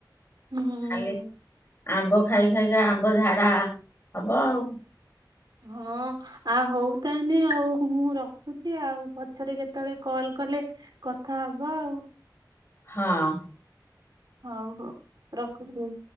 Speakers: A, on the right; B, on the left.
A: ହୁଁ।
B: ଖାଲି ଆମ୍ବ ଖାଇ ଖାଇକା ଆମ୍ବ ଝାଡା ହବ ଆଉ।
A: ହଁ। ଆ ହଉ ତାହେନେ ଆଉ ମୁଁ ରଖୁଚି ଆଉ, ପଛେରେ କେତବଳେ କଲ୍ କଲେ କଥା ହବା ଆଉ।
B: ହଁ।
A: ହଉ-ହଉ ରଖୁଚି।